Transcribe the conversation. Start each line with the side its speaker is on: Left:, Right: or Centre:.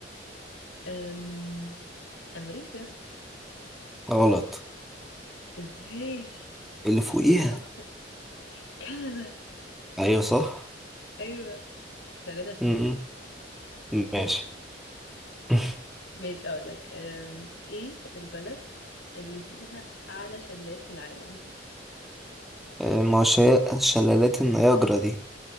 Left: أم، أمريكا
Centre: غلط
Left: ازاي
Centre: اللي فوقيها
Left: اديني اكبر كندا
Centre: أيوة صح
Left: ايوه تلاتة اتنين
Centre: مم. ماشي <laughs>
Left: ماشي اقول لك أم، ايه البلد اللي فيها اعلى شلال في العالم
Centre: آه، ما هو شيا- شلالات النياجرا دي